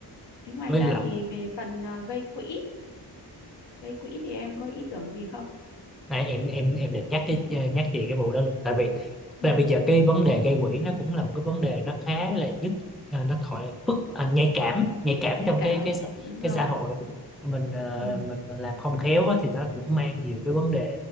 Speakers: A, on the left; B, in the centre.
A: thế ngoài
B: với
A: ra
B: lại
A: thì về phần ờ, gây quỹ gây quỹ thì em có ý tưởng gì không
B: Này, em em em định nhắc cái ờ, nhắc chị cái vụ đó luôn tại vì
A: ừ,
B: là bây giờ cái vấn đề gây quỹ nó cũng là một cái vấn đề nó khá là nhức à, nó thoại phức à, nhạy cảm nhạy cảm
A: nhạy
B: trong
A: cảm
B: cái cái xã-
A: đúng
B: cái
A: rồi
B: xã hội mình ờ,
A: ừ,
B: mình mình làm không khéo á, thì nó cũng mang nhiều cái vấn đề